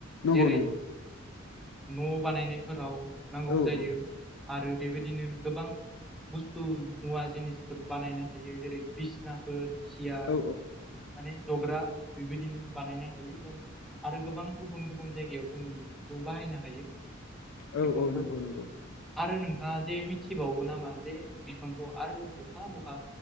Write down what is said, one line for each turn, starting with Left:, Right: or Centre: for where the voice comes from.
Left: नंगौ
Centre: जेरै
Left: नंगौ।
Centre: न' बानायनायफोराव नांगौ
Left: औ
Centre: जायो
Left: औ
Centre: आरो बेबायदिनो गोबां बुस्थु मुवा जिनिसफोर बानायनो हायो जेरै बिसिना फोर सियार
Left: औ
Centre: माने जग्रा बेबायदिनो बानायनो हायो जों। आरो गोबां गुबुन गुबुन जायगायाव जों बेफोरखौ बाहायनो हायो।
Left: औ
Centre: बिफांखौ
Left: औ नंगौ नंगौ
Centre: आरो नों थाङा जे मिथिबावो नामा जे बिफांखौ आरो बहा बहा